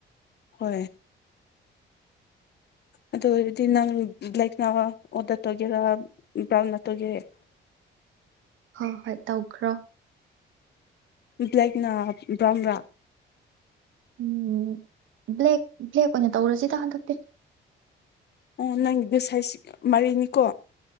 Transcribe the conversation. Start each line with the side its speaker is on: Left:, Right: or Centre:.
Left: ꯍꯣꯏ ꯑꯗꯨ ꯑꫭꯎꯔꯗꯤ ꯅꯪ ꯕ꯭ꯂꯥꯏ ꯅ ꯑꯣꯗ ꯇꯒꯦꯔ <unintelligible>
Right: ꯍꯣꯏ ꯍꯣꯏ ꯇꯧꯈ꯭ꯔꯣ
Left: ꯕ꯭ꯂꯦꯛꯅ ꯕ꯭ꯔꯥꯎꯟ ꯔꯥ
Right: ꯎꯝ ꯕ꯭ꯂꯦꯛ ꯕ꯭ꯂꯦꯛ ꯑꯣꯏꯅ ꯇꯧꯔꯁꯤꯗ ꯍꯟꯗꯛꯇꯤ
Left: ꯑꯣ ꯅꯪꯒꯤꯗꫭ ꯁꯋꯥꯏꯁꯤ ꯃꯔꯤꯅꯤꯀꯣ